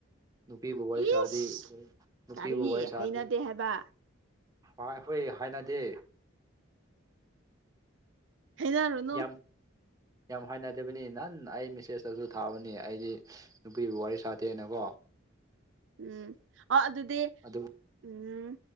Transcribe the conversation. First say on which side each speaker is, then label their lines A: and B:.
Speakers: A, on the right; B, on the right.
A: ꯅꯨꯄꯤꯕꯨ ꯋꯥꯔꯤ
B: ꯏꯁ
A: ꯁꯥꯔꯗꯤ ꯋꯨ ꯅꯨꯄꯤꯕꯨ
B: ꯀꯔꯤ
A: ꯋꯥꯔꯤ ꯁꯥꯔꯗꯤ
B: ꯍꯩꯅꯗꯦ ꯍꯥꯏꯕ
A: ꯑꯥ ꯍꯣꯏ ꯍꯥꯏꯅꯗꯦ
B: ꯍꯩꯅꯔꯨꯅꯨ
A: ꯌꯥꯝ ꯌꯥꯝ ꯍꯥꯏꯅꯗꯕꯅꯤ ꯅꯍꯥꯟ ꯑꯩ ꯃꯦꯁꯦꯖꯇꯁꯨ ꯊꯥꯕꯅꯤ ꯑꯩꯗꯤ ꯅꯨꯄꯤꯕꯨ ꯋꯥꯔꯤ ꯁꯥꯇꯦ ꯅꯀꯣ
B: ꯎꯝ ꯑꯣ ꯑꯗꯨꯗꯤ
A: ꯑꯗꯨ
B: ꯎꯝ